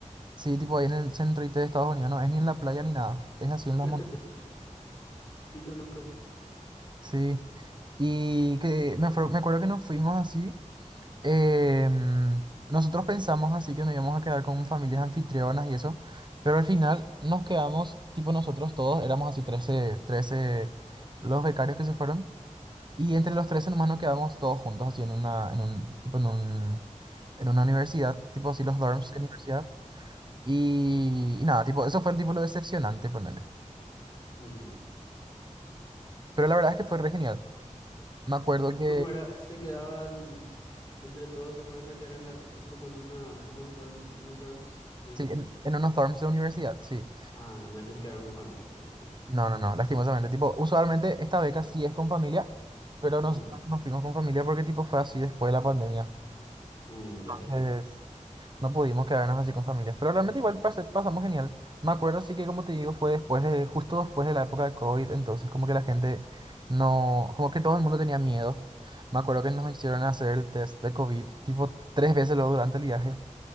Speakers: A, on the right; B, on the left.
A: Sí, tipo ahí en el centro IT de Estados Unidos, no es ni en la playa ni nada, es así en las
B: <laughs>
A: montañas.
B: Sí conozco.
A: Sí. Y que me, acuerdo- me acuerdo que nos fuimos así. em, nosotros pensamos así que nos íbamos a quedar con familias anfitrionas y eso, pero al final nos quedamos, tipo nosotros todos, éramos así trece trece los becarios que se fueron, y entre los 13 nomás nos quedamos todos juntos así en una, en un, tipo en un, en una universidad, tipo así los dorms
B: ujú.
A: de universidad, y, y nada, tipo, eso fue el tipo lo decepcionante, ponerle
B: Ujú.
A: pero la verdad es que fue re genial. Me acuerdo
B: ¿Y
A: que,
B: cómo era? Se quedaban, entre todos se fueron a quedar en la, eh, como en una, en unos dormi- en unos dorms, me dijiste.
A: sí, en, en unos dorms de universidad, sí.
B: Ah, no, que se quedaron con familia, ya entiendo.
A: No, no, no, lastimosamente, tipo, usualmente esta beca sí es con familia, pero
B: Ujú.
A: nosotros no nos fuimos con familia porque tipo fue así después de la pandemia.
B: Mm, ya, ya,
A: Entonces,
B: ya.
A: no pudimos quedarnos así con familias, pero realmente igual pas- pasamos genial. Me acuerdo sí que como te digo fue después de, justo después de la época de COVID, entonces como que la gente no, como que todo el mundo tenía miedo. Me acuerdo que nos hicieron hacer el test de COVID tipo tres veces luego durante el viaje,